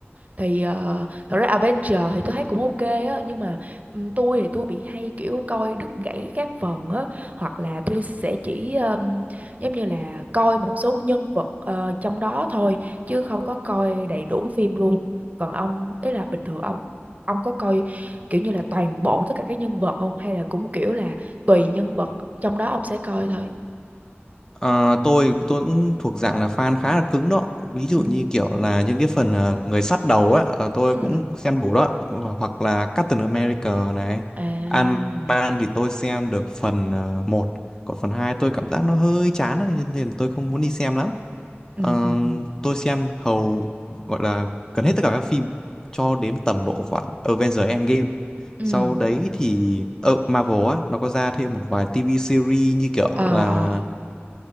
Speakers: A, on the right; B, on the left.
A: thì uh, thật ra Adventure thì tôi thấy cũng ok á nhưng mà ừ, tôi thì tôi bị hay kiểu coi đứt gãy các phần á hoặc là tôi sẽ chỉ um, giống như là coi một số nhân vật ờ, trong đó thôi chứ không có coi đầy đủ phim luôn còn ông ý là bình thường ông ông có coi kiểu như là toàn bộ tất cả các nhân vật không hay là cũng kiểu là tùy nhân vật trong đó ông sẽ coi thôi
B: Ờ, tôi tôi cũng thuộc dạng là fan khá là cứng đó ví dụ
A: ừ
B: như kiểu là những cái phần ờ, người sắt đầu á ờ, tôi
A: ừ
B: cũng xem đủ đó Ho- hoặc là Captain America này
A: à
B: Ant-Man thì tôi xem được phần uh, 1 còn phần 2 tôi cảm giác nó hơi chán á, nên nên tôi không muốn đi xem lắm
A: ừ
B: Ờ,
A: ừ ừ
B: tôi xem hầu gọi là gần hết tất cả các phim cho đến tầm độ khoảng Avengers Endgame.
A: ừ
B: Sau đấy thì ở Marvel á nó có ra thêm một vài TV series như kiểu
A: ờ
B: là
A: ờ